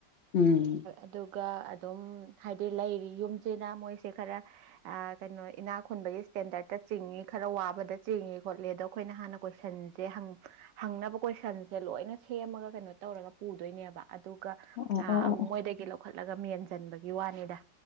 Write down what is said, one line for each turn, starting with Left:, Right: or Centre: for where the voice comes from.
Left: ꯎꯝ
Right: ꯑꯗꯨꯒ ꯑꯗꯨꯝ ꯍꯥꯏꯗꯤ ꯂꯩꯔꯤ ꯌꯨꯝ ꯅ ꯃꯣꯏꯁꯦ ꯈꯔ ꯀꯩꯅꯣ ꯏꯅꯥ ꯈꯨꯨꯟꯕꯒꯤ ꯏꯁꯇꯦꯟꯗꯔꯗꯠꯇ ꯆꯤꯡꯉ ꯈꯔ ꯋꯥꯕꯗ ꯆꯤꯡꯉꯦ ꯈꯣꯠꯂꯦ ꯑꯗꯣ ꯑꯩꯈꯣꯏꯅ ꯍꯥꯟꯅ ꯀꯣꯏꯁꯟꯁꯦ ꯍꯪꯅꯕ ꯀꯣꯏꯁꯟꯁꯦ ꯂꯣꯏꯅ ꯁꯦꯝꯃꯒ ꯀꯩꯅꯣ ꯇꯧꯔꯒ ꯄꯨꯗꯣꯏꯅꯦꯕ ꯑꯗꯨꯒ
Left: ꯑꯣ ꯑꯣ ꯑꯣ ꯑꯣ
Right: ꯃꯣꯏꯗꯒꯤ ꯂꯧꯈꯠꯂꯒ ꯃꯦꯟꯁꯤꯟꯕꯒꯤ ꯋꯥꯅꯤꯗ